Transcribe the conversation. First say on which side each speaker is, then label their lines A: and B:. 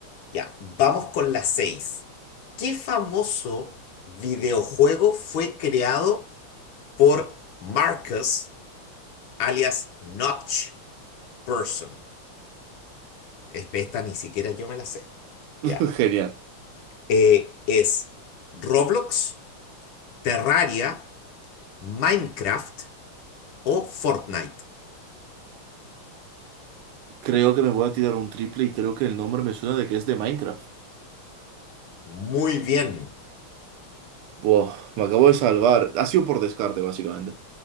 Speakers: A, on the left; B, on the right.
A: Ya. Vamos con la 6. ¿Qué famoso videojuego fue creado por Marcus, alias Notch Person? Espe- Esta ni siquiera yo me la sé.
B: <laughs>
A: Ya.
B: Genial.
A: Eh, es Roblox, Terraria, Minecraft o Fortnite.
B: Creo que me voy a tirar un triple y creo que el nombre me suena de que es de Minecraft.
A: Muy bien.
B: Buah, me acabo de salvar. Ha sido por descarte, básicamente.